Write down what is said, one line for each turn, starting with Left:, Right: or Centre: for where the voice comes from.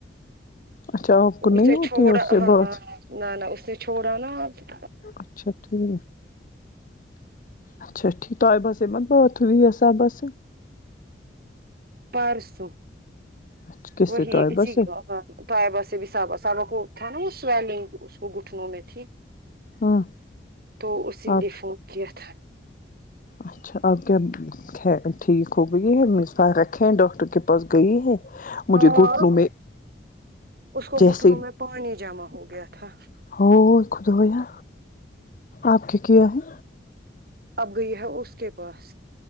Left: اچھا آپ کو
Right: جسے
Left: نہیں ہوتی
Right: چھوڑا
Left: ہے اس سے
Right: ہاں
Left: بات
Right: نہ نہ اس نے چھوڑا نا آپ
Left: اچھا ٹھیک اچھا ٹھیک توایبا مت بات ہوی سہ بس
Right: پار سو
Left: اچھا کس
Right: وہی
Left: سے طیبہ
Right: اسی
Left: سے
Right: کا ہ توئے بس بھی سابا سابا کو تھا نا وہ سویلنگ اس کو گٹنوں میں تھی
Left: ہاں
Right: تو اسی
Left: آپ
Right: نے فون کیا تھا
Left: اچھا آپ خیر ٹھیک ہو گئی ہے مصبال رکھے ہیں ڈاکٹر کے پاس گئی ہے مجھے
Right: ہاں
Left: گھٹنوں میں
Right: اس کو
Left: جیسے
Right: گٹنوں میں پانی جمع ہو گیا تھا
Left: ہو خدایا آپ کیا ہے
Right: اب گئی ہے اس کے پاس